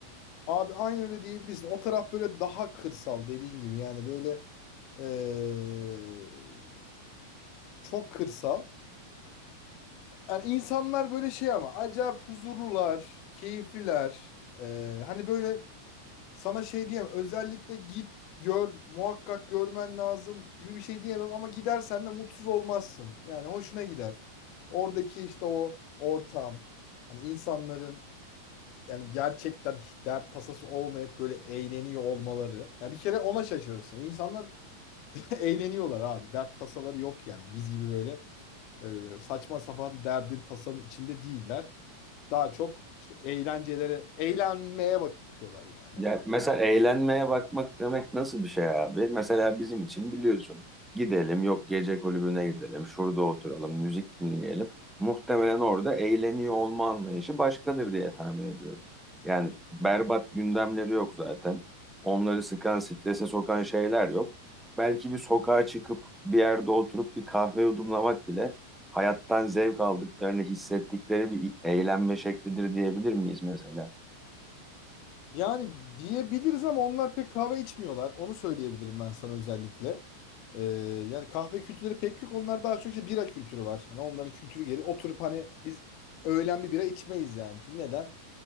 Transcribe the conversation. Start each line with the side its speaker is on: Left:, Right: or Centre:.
Left: Abi aynı öyle diyebilirsin. O taraf böyle daha kırsal dediğin gibi. Yani böyle eee, çok kırsal. Yani insanlar böyle şey ama acayip huzurlular, keyifliler. Eee, hani böyle sana şey diyemem. Özellikle git gör, muhakkak görmen lazım gibi bir şey diyemem. Ama gidersen de mutsuz olmazsın. Yani hoşuna gider. Oradaki işte o ortam, hani insanların yani gerçekten hiç dert tasası olmayıp böyle eğleniyor olmaları. Ya bir kere ona şaşırırsın. İnsanlar <laughs> eğleniyorlar abi. Dert tasaları yok yani. Biz gibi böyle e, saçma sapan derdin tasanın içinde değiller. Daha çok işte eğlencelere, eğlenmeye bakıyorlar yani.
Centre: Ya mesela eğlenmeye bakmak demek nasıl bir şey abi? Mesela bizim için biliyorsun. Gidelim yok gece kulübüne gidelim. Şurada oturalım, müzik dinleyelim. Muhtemelen orada eğleniyor olma anlayışı başkadır diye tahmin ediyorum. Yani berbat gündemleri yok zaten. Onları sıkan, strese sokan şeyler yok. Belki bir sokağa çıkıp bir yerde oturup bir kahve yudumlamak bile hayattan zevk aldıklarını hissettikleri bir eğlenme şeklidir diyebilir miyiz mesela?
Left: Yani diyebiliriz ama onlar pek kahve içmiyorlar. Onu söyleyebilirim ben sana özellikle. E, yani kahve kültürleri pek yok. Onlar daha çok işte bira kültürü var. Hani onların kültürü geri oturup hani biz öğlen bir bira içmeyiz yani. Çünkü neden?